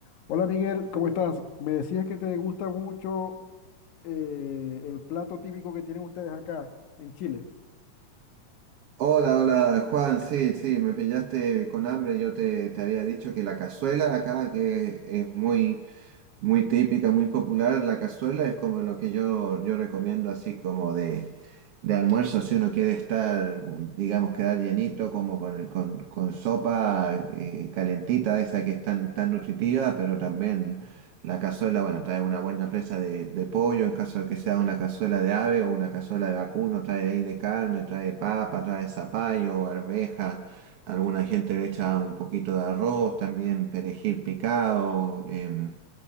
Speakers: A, on the left (about 65°); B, on the right (about 65°).
A: Hola Miguel, ¿cómo estás? Me decías que te gusta mucho eh, el plato típico que tienen ustedes acá en Chile.
B: Hola, hola Juan, sí, sí, me pillaste con hambre. Yo te, te había dicho que la cazuela acá que es muy, muy típica, muy popular. La cazuela es como lo que yo, yo recomiendo así como de, de almuerzo, si uno quiere estar, digamos, quedar llenito, como con, el- con, con sopa eh, calentita, de esa que es tan, tan nutritiva, pero también la cazuela, bueno, trae una buena presa de, de pollo, en caso de que sea una cazuela de ave o una cazuela de vacuno, trae ahí de carne, trae papa, trae zapallo, arveja. Alguna gente le echa un poquito de arroz, también perejil picado. em,